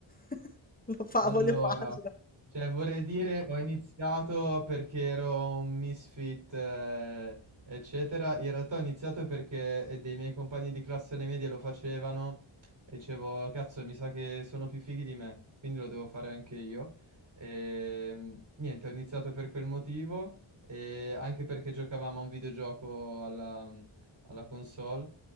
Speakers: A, on the left (about 20°); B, on the right (about 40°).
A: <laughs> lo fa,
B: Allora,
A: voglio farlo. Cioè,
B: cioè vorrei dire ho iniziato perché ero un misfit, eh, eccetera. In realtà ho iniziato perché eh, dei miei compagni di classe alle medie lo facevano e dicevo, cazzo, mi sa che sono più fighi di me, quindi lo devo fare anche io. E, niente, ho iniziato per quel motivo e anche perché giocavamo a un videogioco alla alla console.